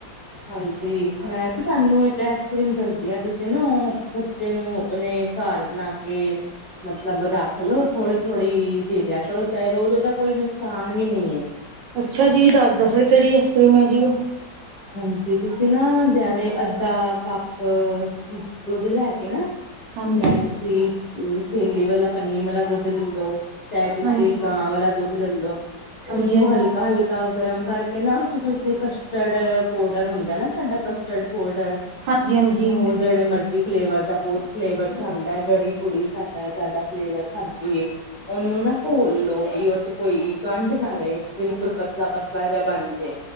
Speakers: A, on the left; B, on the right.
A: ਹਾਂਜੀ ਮੈਂ ਨਾ ਤੁਹਾਨੂੰ ਇੱਕ ਆਈਸ ਕਰ੍ਰੀਮ ਦੱਸ ਦੀ ਤੁਸੀਂ ਨਾ ਬੱਚੇ ਨੂੰ ਆਪਣੇ ਘਰ ਬਣਾ ਕੇ ਮਤਲਬ ਰੱਖ ਲਓ। ਥੋੜ੍ਹੀ-ਥੋੜ੍ਹੀ ਦੇ ਦਿਆ ਕਰੋ ਚਾਹੇ ਰੋਜ਼ ਉਹਦਾ ਕੋਈ ਨੁਕਸਾਨ ਵੀ ਨਈ ਏ।
B: ਅੱਛਾ ਜੀ ਦੱਸ ਦੋ ਫਿਰ ਕੇੜੀ ਆਈਸਕ੍ਰੀਮ ਐ ਜੀ ਓ।
A: ਹਾਂਜੀ ਤੁਸੀਂ ਨਾ ਜਿਵੇਂ ਅੱਧਾ ਕੱਪ ਦੁੱਧ ਲੈ ਕੇ ਨਾ
B: ਹਾਂਜੀ
A: ਚਾਹੇ ਤੁਸੀਂ ਥੇਲੀ ਵਾਲਾ ਪੰਨੀ ਵਾਲਾ ਦੁੱਧ ਲੱ ਲੋ ਚਾਹੇ ਤੁਸੀਂ
B: ਹਾਂਜੀ
A: ਗਾਂ ਵਾਲਾ ਦੁੱਧ ਲੱਲੋ
B: ਹਾਂਜੀ
A: ਉਹਨੂੰ
B: ਹਾਂਜੀ
A: ਹਲਕਾ-ਹਲਕਾ ਗਰਮ ਕਰਕੇ ਨਾ ਓ ਤੁਸੀਂ ਕਸਟਰਡ ਪਾਊਡਰ ਹੁੰਦਾ ਨਾ ਸਾਡਾ ਕਸਟਰਡ ਪਾਊਡਰ
B: ਹਾਂਜੀ ਹਾਂਜੀ
A: ਓ ਜੇੜੇ ਮਰਜ਼ ਫਲੇਵਰ ਦਾ ਬੋਤ ਫਲੇਵਰ 'ਚ ਆਂਦਾ ਹੈ ਜੇੜੀ ਕੁੜੀ ਸਾਡਾ ਜਾਦਾ ਫਲੇਵਰ ਖਾਂਦੀ ਏ। ਉਹਨੂੰ ਨਾ ਘੋਲ ਲੋ ਬਈ ਉਹਦੇ 'ਚ ਕੋਈ ਗੰਢ ਨਾ ਰਏ ਬਿਲਕੁਲ ਪਤਲਾ-ਪਤਲਾ ਜਿਹਾ ਬਣ ਜੇ।